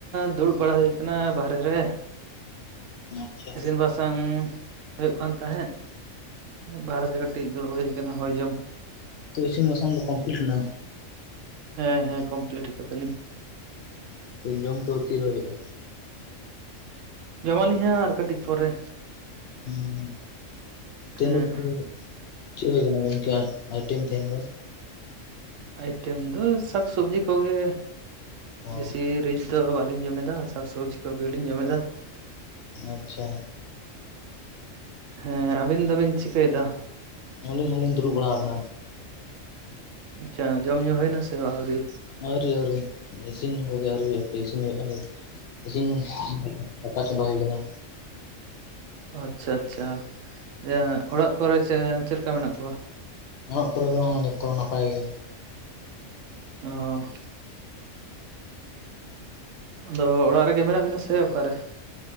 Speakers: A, on the right; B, on the left.
A: ᱫᱩᱲᱩᱵ ᱵᱟᱲᱟ ᱦᱩᱭ ᱠᱟᱱᱟ ᱵᱟᱦᱨᱮ ᱨᱮ᱾
B: ᱟᱪᱪᱷᱟ
A: ᱤᱥᱤᱱ ᱵᱟᱥᱟ ᱥᱟᱝ ᱦᱩᱭᱩᱜ ᱠᱟᱱ ᱛᱟᱦᱮᱸᱜ᱾ ᱵᱟᱨᱦᱮ ᱥᱮᱫ ᱠᱟᱹᱴᱤᱡ ᱫᱩᱲᱩᱵ ᱦᱩᱭ ᱠᱟᱱᱟ ᱦᱚᱭ ᱡᱚᱢ᱾
B: ᱛᱚ ᱤᱥᱤᱱ ᱵᱟᱥᱟᱝ ᱫᱚ ᱠᱚᱢᱯᱞᱤᱴ ᱱᱟ?
A: ᱦᱮᱸ ᱦᱮᱸ ᱠᱚᱢᱯᱞᱤᱴ ᱟᱠᱟᱫᱟᱞᱤᱧ᱾
B: ᱛᱚ ᱡᱚᱢ ᱠᱚ ᱛᱤᱨᱮ ᱦᱳᱭᱳᱜᱼᱟ?
A: ᱡᱚᱢᱟᱞᱤᱧ ᱦᱟᱸᱜ ᱟᱨ ᱠᱟᱹᱴᱤᱡ ᱯᱚᱨᱮ᱾
B: ᱦᱩᱸ ᱦᱩᱸ ᱛᱮᱦᱮᱧ
A: ᱦᱮᱸ
B: <unintelligible> ᱪᱮᱫ ᱦᱩᱭ ᱠᱟᱱᱟ ᱜᱚᱢᱠᱮ ᱟᱭ ᱟᱭᱴᱮᱢ ᱛᱟᱦᱮᱱ ᱫᱚ?
A: ᱟᱭᱴᱮᱢ ᱫᱚ ᱥᱟᱠ ᱥᱚᱵᱽᱡᱤ ᱠᱚᱜᱮ
B: ᱚ
A: ᱵᱮᱥᱤ ᱨᱤᱪ ᱛᱚ ᱵᱟᱹᱞᱤᱧ ᱡᱚᱢᱮᱫᱟ ᱥᱟᱠᱥᱚᱵᱽᱡᱤ ᱠᱚᱜᱮ ᱞᱤᱧ ᱡᱚᱢᱮᱫᱟ᱾
B: ᱟᱪᱪᱷᱟ᱾
A: ᱦᱮᱸ ᱾ ᱟᱹᱵᱤᱱ ᱫᱚᱵᱤᱱ ᱪᱤᱠᱟᱹᱭᱮᱫᱟ?
B: ᱟᱹᱞᱤᱧ ᱦᱚᱸᱞᱤᱧ ᱫᱩᱲᱩᱵ ᱵᱟᱲᱟᱣ ᱟᱠᱟᱱᱟ᱾
A: ᱟᱪᱪᱷᱟ ᱡᱚᱢ ᱧᱩ ᱦᱩᱭᱱᱟ ᱥᱮ ᱟᱹᱣᱨᱤ?
B: ᱟᱹᱣᱨᱤ ᱟᱹᱣᱨᱤ ᱤᱥᱤᱱ ᱠᱚᱜᱮ ᱟᱹᱣᱨᱤ ᱦᱩᱭᱩᱜ ᱟ᱾ ᱦᱟᱯᱮ ᱤᱥᱤᱱ ᱦᱩᱭᱩᱜᱼᱟ ᱱᱤᱛ ᱤᱥᱤᱱ ᱫᱟᱠᱟ ᱪᱚᱸᱫᱟ ᱦᱩᱭ ᱠᱟᱱᱟ᱾
A: ᱟᱪᱪᱷᱟ ᱟᱪᱪᱷᱟ᱾ ᱤᱭᱟᱹ ᱚᱲᱟᱜ ᱠᱚᱨᱮ ᱪᱮ ᱪᱮᱜ ᱞᱮᱠᱟ ᱢᱮᱱᱟᱜ ᱠᱚᱣᱟ?
B: ᱚᱲᱟᱜ ᱠᱚᱨᱮ ᱦᱚᱸ ᱡᱚᱛᱚ ᱱᱟᱯᱟᱭ ᱜᱮ᱾
A: ᱚᱸᱻ ᱟᱫᱚ ᱚᱲᱟᱜ ᱨᱮᱜᱮ ᱢᱮᱱᱟᱜ ᱵᱤᱱᱟ ᱥᱮ ᱚᱠᱟᱨᱮ